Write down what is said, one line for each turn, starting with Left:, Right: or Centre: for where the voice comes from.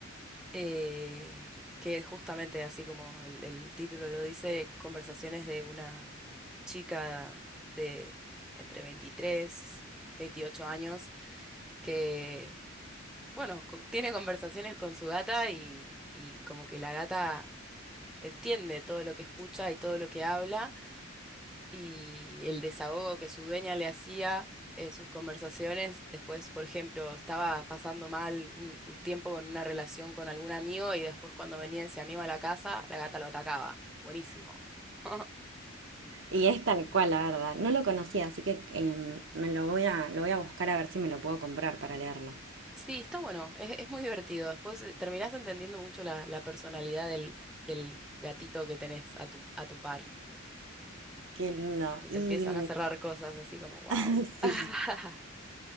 Centre: eh, que es justamente así como el, el título lo dice, conversaciones de una chica de entre 23, 28 años, que, bueno, co- tiene conversaciones con su gata y, y como que la gata entiende todo lo que escucha y todo lo que habla y el desahogo que su dueña le hacía en sus conversaciones. Después, por ejemplo, estaba pasando mal un, un tiempo con una relación con algún amigo y después cuando venía ese amigo a la casa, la gata lo atacaba. Buenísimo. <laughs>
Right: Y es tal cual, la verdad. No lo conocía, así que em, me lo voy a, lo voy a buscar a ver si me lo puedo comprar para leerlo.
Centre: Sí, está bueno, es, es muy divertido. Después eh, terminás entendiendo mucho la, la personalidad del, del gatito que tenés a tu, a tu par.
Right: Qué lindo.
Centre: Te
Right: Y
Centre: empiezan
Right: mm,
Centre: a cerrar cosas así como, wow.
Right: <laughs>
Centre: <laughs>
Right: Sí.